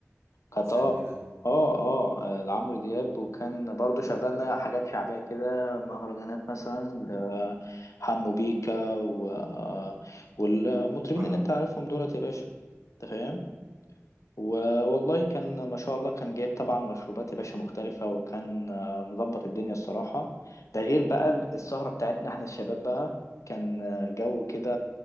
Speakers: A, on the left; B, on the right.
A: كانت
B: مثلا
A: اه
B: كده
A: اه اه آه، لعمرو دياب وكان برضو شغلنا حاجات شعبية كده مهرجانات مثلا ل- حمو بيكا و... آه، والمطربين
B: على-
A: اللي انت عارفهم دولت يا باشا انت فاهم والله كان ما شاء الله كان جايب طبعا مشروبات يا باشا مختلفة وكان آه، مظبط الدنيا الصراحة ده غير بقى السهرة بتاعتنا احنا الشباب بقى كان آه، جو كده